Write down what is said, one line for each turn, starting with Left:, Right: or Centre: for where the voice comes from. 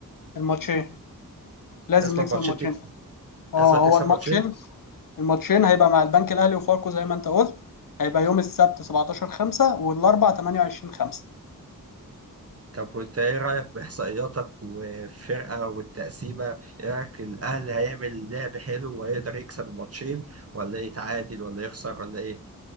Left: الماتشين لازم
Right: لازم
Left: نكسب
Right: ماتشين
Left: الماتشين
Right: تك...
Left: اه
Right: لازم تكسب
Left: هو الماتشين
Right: ماتشين
Left: الماتشين هيبقى مع البنك الاهلي وفاركو زي ما انت قلت هيبقى يوم السبت 17 5 والاربع 28 5
Right: طب وانت ايه رايك باحصائياتك والفرقه والتقسيمه ايه رايك الاهلي هيعمل لعب حلو وهيقدر يكسب الماتشين ولا يتعادل ولا يخسر ولا ايه